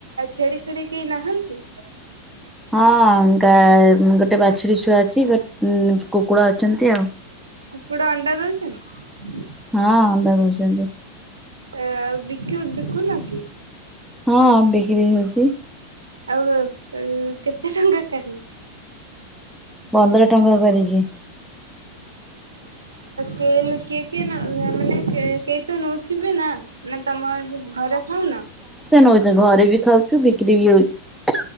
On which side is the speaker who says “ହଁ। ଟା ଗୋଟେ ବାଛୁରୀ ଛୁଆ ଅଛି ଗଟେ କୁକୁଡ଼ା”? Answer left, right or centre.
Centre